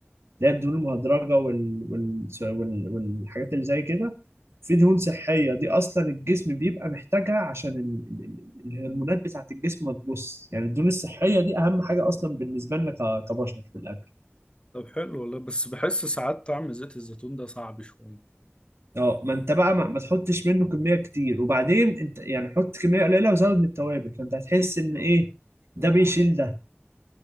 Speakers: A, on the right; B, on the left.
A: اللي هي الدهون المهدرجه وال... وال... وال... والحاجات اللي زي كده في دهون صحيه دي اصلا الجسم بيبقى محتاجها عشان ال... ال- ال- الهرمونات بتاعه الجسم ما تبص يعني الدهون الصحيه دي اهم حاجه اصلا بالنسبه لنا ك... كبشر في الاكل
B: طب حلو والله بس بحس ساعات طعم زيت الزيتون ده صعب شوية
A: اه ما انت بقى ما... ما تحطش منه كميه كتير وبعدين انت يعني حط كميه قليله وزود من التوابل فانت هتحس ان ايه ده بيشيل ده